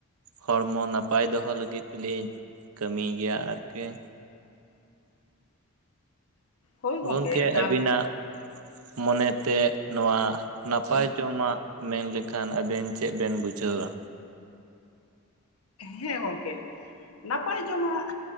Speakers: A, on the right; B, on the left.
A: ᱦᱚᱲᱢᱚ ᱱᱟᱯᱟᱭ ᱫᱚᱦᱚ ᱞᱟᱹᱜᱤᱫ ᱛᱮᱞᱤᱧ ᱠᱟᱹᱢᱤᱭ ᱜᱮᱭᱟ ᱟᱨᱠᱤ ᱾
B: ᱦᱳᱭ
A: ᱜᱚᱝᱠᱮ
B: ᱮᱠᱟᱞ
A: ᱟᱹᱵᱤᱱᱟᱜ <inaudible> ᱢᱚᱱᱮᱛᱮ ᱱᱚᱣᱟ ᱱᱟᱯᱟᱭ ᱡᱚᱢᱟᱜ ᱢᱮᱱ ᱞᱮᱠᱷᱟᱱ ᱟᱵᱮᱱ ᱪᱮᱫ ᱵᱮᱱ ᱵᱩᱡᱷᱟᱹᱣᱟ?
B: ᱦᱮᱸ ᱜᱚᱝᱠᱮ <inaudible> ᱱᱟᱯᱟᱭ ᱡᱚᱢᱟᱜ